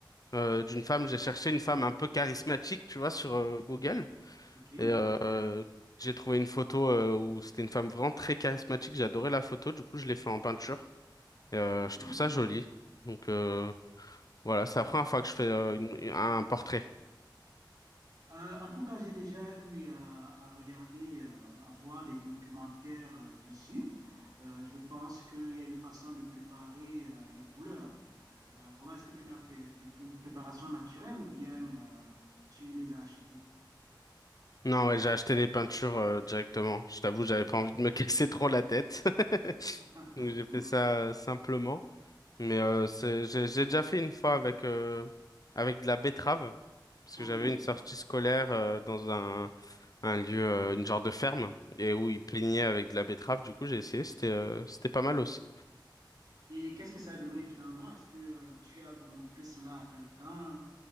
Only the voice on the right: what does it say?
OK?
OK.
Euh, en tout cas, j'ai déjà eu à, à regarder, euh, à voir des documentaires euh, dessus. Euh, je pense qu'il y a une façon de préparer euh, les couleurs. Euh, comment est-ce que tu l'as fait? Une préparation naturelle ou bien euh, tu les as achetées?
<laughs>
OK.
Et qu'est-ce que ça a donné finalement? Est-ce que euh, tu as montré cela à quelqu'un?